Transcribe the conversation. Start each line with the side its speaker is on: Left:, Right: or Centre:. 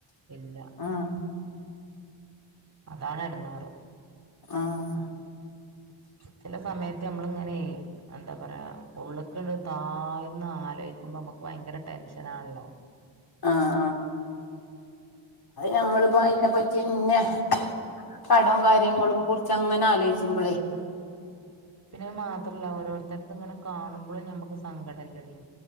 Right: ഇല്ല.
Left: ആഹ്
Right: അതാണെടങ്ങാറ്.
Left: ആഹ്
Right: ചെല സമയത്ത് നമ്മളിങ്ങനയേ എന്താ പറയാ ഉള്ള്ക്ക്ണ്ട് താഴ്ന്ന് ആലോയ്ക്കുമ്പോ നമ്മുക്ക് ഭയങ്കര ടെൻഷനാണല്ലോ?
Left: ആഹ് നമ്മളിപ്പോ അതിനെപ്പറ്റിയന്നെ കടം കാര്യങ്ങളും കുറിച്ച് അങ്ങനെ ആലോയ്ച്ച്മ്പളേ
Right: പിന്നെത് മാത്രമല്ല ഓരോരുത്തർതും ഇങ്ങനെ കാണുമ്പൊളും നമ്മക്ക് സങ്കടല്ലടി.